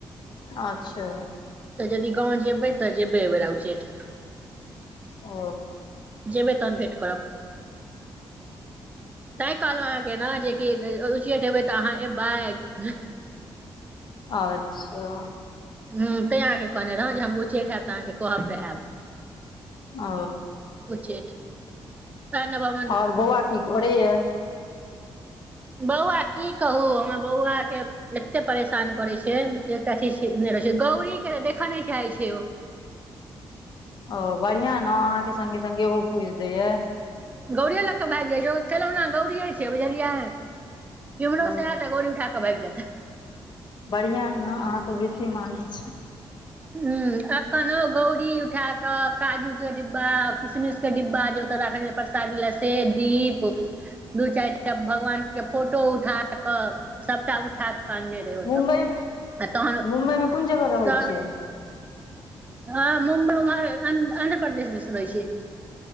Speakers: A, on the left; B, on the right.
A: अच्छा।
B: तऽ जदि गाँव जेबै तऽ जेबै ए बेर उ चेठ-
A: ओ।
B: जेबै तहन भेट करब तैं कहलो हे केना जे की तऽ उ्चैठ अहाँ ए बैग
A: अच्छा।
B: हँ तैँ आहके कहने रहौ जे हम उच्चैठ एब तऽ अहाँके कहबऽ त आयब।
A: ओ।
B: उच्चैठ धन बाब
A: और बौआ की करे य।
B: बौआ की कहू हमरा बौआके एते परेशान करै छै एकटा चीज नहि रहै छै गौरी के देखऽ नहि चाहैत छै ओ
A: ओ बढ़िया ने अहाँके संगे सगे ओहो पूज दैया।
B: गौरीए लऽ कऽ भागि जा ज खेलौना गौरीए छै बुझलियैे केमहरोसँ
A: हँ
B: हयत गौरी उठा कब आबि जेतै
A: बढ़िआं ने अहाँ सऽ बेसी मानय छै
B: ह अखनहु गौरी उठा क काजू के डिब्बा किसमिश के डिब्बा जे ओतह रखने- चारिल से दीप दू चायटा भगवान के फोटो उठा क सबटा उठा क अने
A: मुम्बई
B: तहन
A: मुम्बई मे कोन जगह रहै
B: <unintelligible>
A: छियै
B: हँ मुम्बइ उम्ह रान्ध्र आन्ध्रपदेश दिस रहै छि।